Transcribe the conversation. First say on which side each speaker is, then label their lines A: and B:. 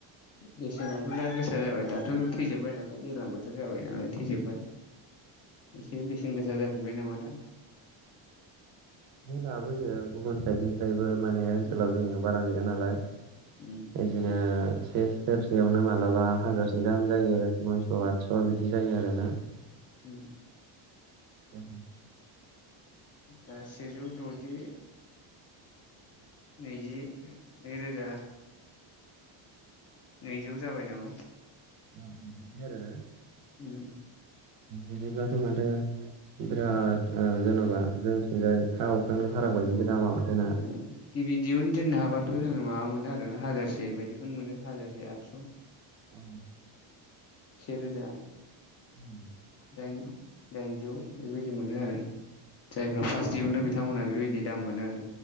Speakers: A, on the left (about 35°); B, on the right (about 50°).
A: बेसेनाथ' दा गोसा जाबाय। दाथ' थैजोबबाय नालाय दैज्लां बोथोर जाबाय नालाय थैजोब्बाय। एसे बेसेन गोसा जाफिनबाय नामा दा
B: लाबोयो गुबुन साइडनिफ्रायबो माने ओनसोलाव
A: उम
B: जोंनियाव बारा गैया नालाय
A: उम
B: बिदिनो से सेरसेयावनो मालाबा हाजारसो गाहाम जायो नयस' आदस' बिदि जायो आरोोना
A: उ
B: ए
A: दा सेेजौ दजि नैजि नैरोजा नैजौ जाबाय नामा
B: अ बि आरोना
A: उम
B: बिदिब्लाथ' माथो बिराद जेन'बा जोंथिंजाय हा अख्रानि फाराग बायदिसो दामा माथो ना
A: उम गिबि दिहुन दोननो हाबाथ' जोङो माबा मोनो आरोना हाजारसे बायदिखौनो मोनो हाजारसे आठस'
B: उ
A: रोजा
B: उ
A: दाइनजौ बेबायदि मोनो आरो जायफ्रा फार्स्ट देयावनो बिथांमोना बेबायदि दाम मोनो आरो